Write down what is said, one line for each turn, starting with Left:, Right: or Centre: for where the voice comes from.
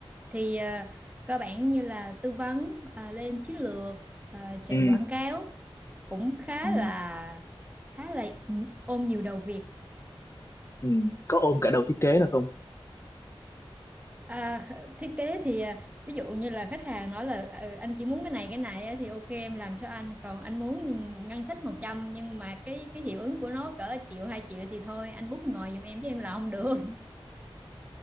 Right: thì ờ, cơ bản như là tư vấn ờ, lên chiến lược ờ, chạy
Left: ừ
Right: quảng cáo cũng khá
Left: ừ
Right: là khá là ôm nhiều đầu việc
Left: ừ. có ôm cả đầu thiết kế là không
Right: À, thiết kế thì à, ví dụ như là khách hàng nói là "Ừ, anh chỉ muốn cái này cái này á, thì ok em làm cho anh còn anh muốn ngân sách 100 nhưng mà cái cái hiệu ứng của nó cỡ triệu hai triệu thì thôi anh bút ngồi giùm em chứ em là không được